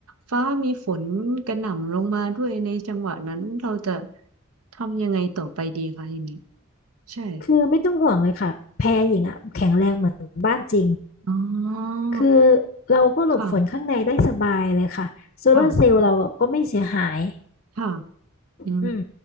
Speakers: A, on the right; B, on the left.
A: ฟ้ามีฝนกระหน่ำลงมาด้วยในจังหวะนั้นเราจะทำยังไงต่อไปดีคะอย่างนี้ใช่
B: คือไม่ต้องห่วงเลยค่ะแพรหญิงอ่ะแข็งแรงเหมือนบ้านจริง
A: อ๋อ
B: คือเราก็หลบฝนข้างในได้สบายเลยค่ะโซลาร์เซลล์เราก็ไม่เสียหาย
A: ค่ะ ค่ะ ค่ะอื
B: อืม